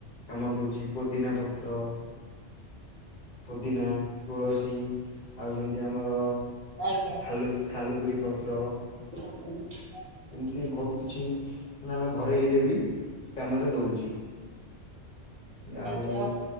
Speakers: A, on the left (about 45°); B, on the right (about 55°).
A: କାମ ଦଉଚି ପୋଦିନା ପତ୍ର ପୁଦିନା ତୁଳସୀ ଆଉ ଯେମିତି ଆମର
B: ଆଜ୍ଞା
A: ଥାାଲୁ ଥାଲୁଗୁରି ପତ୍ର।
B: ଜର ହୋଉଚି।
A: ଏମିତି ବୋହୁତ କିଛି ମାନେ ଆମେ ଘରେଇରେ ବି କାମରେ ଦୋଉଚି ଆଉ
B: ଆଜ୍ଞା